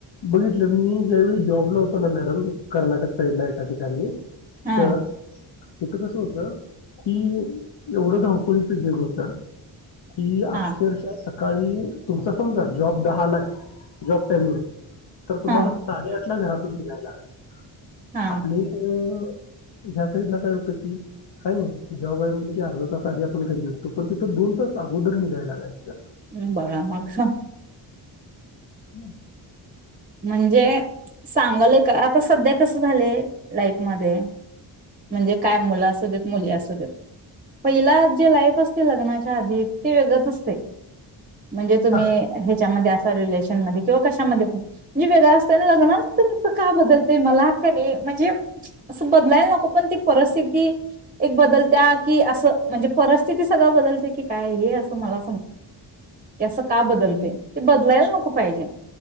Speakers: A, on the left; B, on the right.
A: बघितलं मी ज्यावे ळी जॉब- न होत ना, - मॅडम कर्नाटक साईडला एका ठिकाणी
B: हा
A: तर- तिथ कसं होत? कि एवढं धावपळीच जग होत - की
B: हा
A: अक्षरशः - काळी तुमचा समजा जॉब दहा ला आहे. जॉब टाइमिंग- तर तुम्हाला
B: हा
A: साडे आठ - कुठल्या घरातून निघायलाय?
B: हा
A: आपली तर- ह्या साईड ला काय होत की? काय नाही जॉब आहे म्हटलं की अर्धा तास आधी आपण घरी निघतो पण तिथं दोन तास अगोदर निघायला लागत -
B: हम् बाळा मला एक सांग-
A: हं.
B: म्हणजे सांगायलय का आता सध्या कस? - झाले लाईफ मध्ये, म्हणजे काय मुलं असू देत मुली असू देत- पहिला - जे लाईफ असते लग्नाच्या आधीच, ते वेगळंच असतय. म्हणजे, तुम्ही
A: हा
B: ह्याच्यामध्ये अस- रिलेशन मध्ये किंवा कशामध्ये जी वेगळ असतेय ना लग्नत का बदलत मला का नाही म्हणजे असं बदलायला नको पण ती परिस्थिती एक बदलत्या की असं म्हणजे परिस्थिती सगळं बदलते की काय हे असं मला अस का बदलते
A: मी
B: ते बदलाला नको पाहिजे